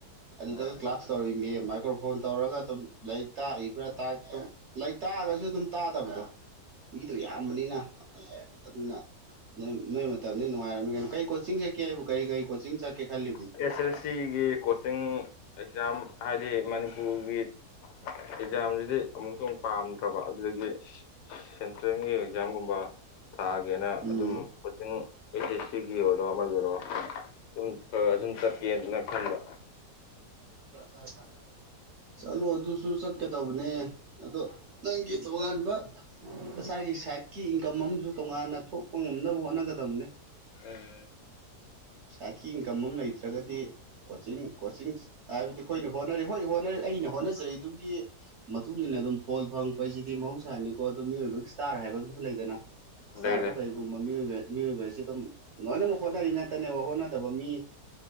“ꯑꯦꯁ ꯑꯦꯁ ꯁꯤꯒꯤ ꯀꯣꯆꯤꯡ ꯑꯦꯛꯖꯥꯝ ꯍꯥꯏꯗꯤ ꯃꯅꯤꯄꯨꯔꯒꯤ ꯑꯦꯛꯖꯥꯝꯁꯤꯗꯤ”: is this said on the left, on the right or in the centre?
Left